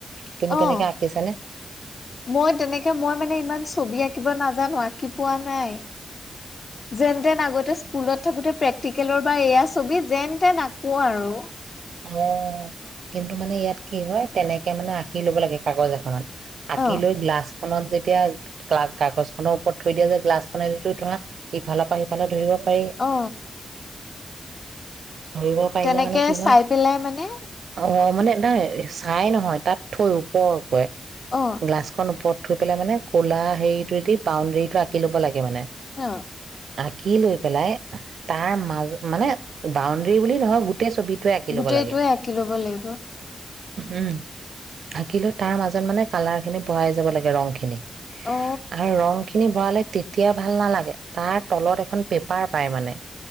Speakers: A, on the right; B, on the left.
A: তুমি তেনেকে
B: অ
A: আঁকিছানে
B: মই তেনেকে মই মানে ইমান ছবি আঁকিব নাজানো আঁকি পোৱা নাই নাই যেন তেন আগতে স্কুলত থাকোতে প্ৰেক্টিকেলৰ বা এয়া ছবি যেন তেন আকো আৰু
A: অ কিন্তু মানে ইয়াত কি হয় তেনেকে মানে আঁকি লব লাগে কাগজ এখনত আঁকি
B: অ।
A: লৈ গ্লাছখননত যে এতিয়া কা কাগজখনৰ ওপৰত থৈ দিয়া যে গ্লাছ খনে তেতিয়া তোমাৰ ইফালৰ পৰা সিফালে ধৰিব পাৰি
B: অ
A: ধৰিব পাৰিলে
B: তেনেকে
A: মানে কি হয়
B: চাই পেলাই মানে
A: অ মানে নাই চাই নহয় তাত থৈ ওপৰকৈ
B: অ
A: গ্লাছখন ওপৰত থৈ পেলাই মানে ক'লা হেৰিটোবেদি বাউণ্ডেৰীটো আকি ল'ব লাগে মানে
B: অ
A: আঁকি লৈ পেলাই তাৰ মাজ মানে বাউণ্ডাৰী বুলি নহয় গোটেই ছবিটোৱে আঁকি
B: গোটেইটোৱে
A: ল'ব লাগে
B: আঁকি ল'ব লাগিব।
A: উম আঁকিলো তাৰ মাজত মানে কালাৰ খিনি বহাই যাব লাগে ৰং খিনি
B: অ।
A: আৰু ৰং খিনি ভৰালে তেতিয়া ভাল নালাগে তাৰ তলত এখন পেপাৰ পাই মানে